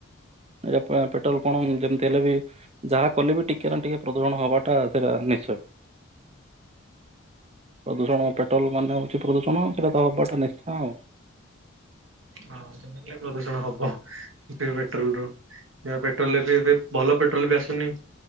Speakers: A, on the right (about 30°); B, on the right (about 80°).
A: ଏଟା ଅ ପେ ପେଟୋଲ କଣ ଯେମିତି ହେଲେ ବି। ଯାହା କଲେ ବି ଟିକେ ନା ଟିକେ ପ୍ରଦୂଷଣ ହବାଟା ସେଟା ନିଶ୍ଚୟ। ପ୍ରଦୂଷଣ ପେଟ୍ରୋଲ ମାନେ ହଉଛି ପ୍ରଦୂଷଣ। ସେଟା ତ ହବାଟା ନିଶ୍ଚୟ ଆଉ।
B: ହଁ ସେମିତି ହେଲେ ପ୍ରଦୂଷଣ ହବ ପେଟ୍ରୋଲ ରୁ <unintelligible> ପେଟ୍ରୋଲରେ ବି ଏବେ ଭଲ ପେଟ୍ରୋଲ ବି ଆସୁନି।